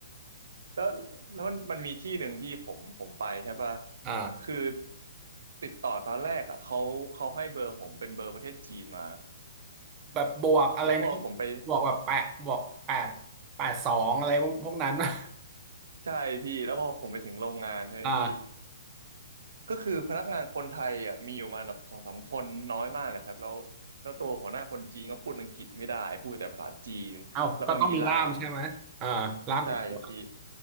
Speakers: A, on the right; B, on the right.
A: แล้วแล้วมันมันมีที่หนึ่งพี่ผมผมไปใช่ปะ
B: <laughs> อ่า
A: คือติดต่อตอนแรกอ่ะเขาเขาให้เบอร์ผมเป็นเบอร์ประเทศจีนมา
B: แบบบวกอะไรนะ
A: แล้วพอผมไป
B: บวกแบบแปดบวกแปดแปดสองอะไรพวกพวกนั้น <laughs>
A: ใช่พี่แล้วพอผมไปถึงโรงงานใช่ไหมพี่
B: อ่า
A: ก็คือพนักงานคนไทยอ่ะมีอยู่มาแบบสองสามคนน้อยมากเลยครับแล้วแล้วตัวหัวหน้าคนจีนก็พูดอังกฤษไม่ได้พูดแต่ภาษาจีนแล้วก็มีล่าม
B: เอ้าก็ต้องมีล่ามใช่ไหมอ่าล่ามติดตัว
A: ใช่พี่